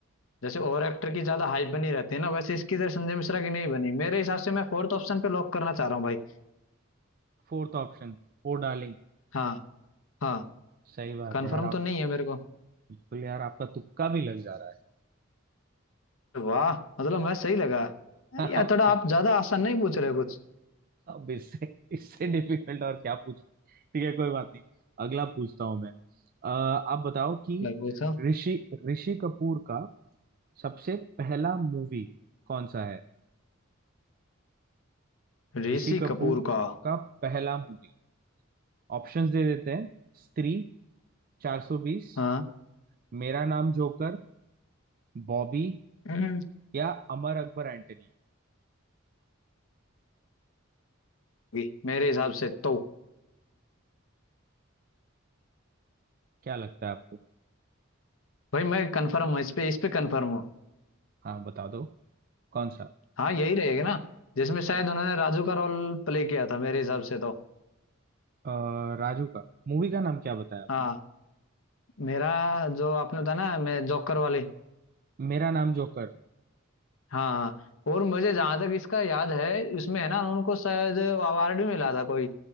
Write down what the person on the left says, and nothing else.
जैसे और एक्टर की ज्यादा हाइप बनी रहती है ना वैसे इसकी तरह संजय मिश्रा की नहीं बनी मेरे हिसाब से मैं फोर्थ ऑप्शन पे लॉक करना चाह रहा हूँ भाई
हाँ हाँ
कंफर्म
तो नहीं है मेरे को
वाह मतलब मैं सही लगा अरे
यार
थोड़ा
आप ज्यादा आसान नहीं पूछ रहे हो कुछ
लग पूछा
ऋषि
कपूर का
हाँ
हम्म,
भी, मेरे हिसाब से तो
भाई मैं कंफर्म हूँ इस पे इस पे कंफर्म हूँ
हाँ यही रहेगा ना जिसमें शायद उन्होंने राजू का रोल प्ले किया था मेरे हिसाब से तो
हाँ मेरा जो आपने था ना मैं जोकर वाली
हाँ और मुझे जहां तक इसका याद है इसमें है ना उनको शायद अवार्ड भी मिला था कोई